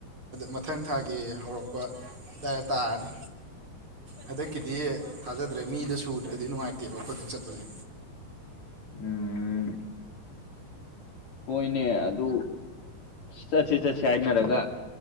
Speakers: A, on the right; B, on the left.
A: ꯃꯊꯪ ꯊꯥꯒꯤ ꯍꯧꯔꯛꯄ ꯑꯗꯨꯗꯥꯏ ꯇꯥꯔꯅꯤ ꯍꯟꯗꯛꯀꯤꯗꯤ ꯊꯥꯖꯗ꯭ꯔꯦ ꯃꯤꯗ ꯁꯨꯗ꯭ꯔꯗꯤ ꯅꯨꯡꯉꯥꯏꯇꯦꯕ ꯈꯠꯇ ꯆꯠꯄꯁꯦ
B: ꯎꯝ ꯍꯣꯏꯅꯦ ꯑꯗꯨ ꯆꯠꯁ ꯆꯠꯁ ꯍꯥꯏꯅꯔꯒ